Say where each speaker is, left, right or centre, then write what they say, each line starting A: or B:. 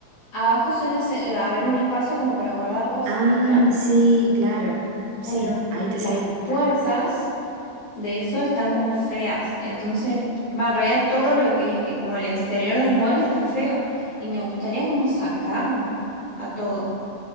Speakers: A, on the left; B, on the right.
A: abajo suele hace- eh, haber un espacio como para guardar cosas,
B: Ah,
A: ¿viste?
B: sí, claro. Sí,
A: Bueno,
B: ahí te
A: las
B: seguí.
A: puertas de eso están como feas, entonces, va, en realidad todo lo que es eh, como el exterior del mueble está feo y me gustaría como sacarlo a todo.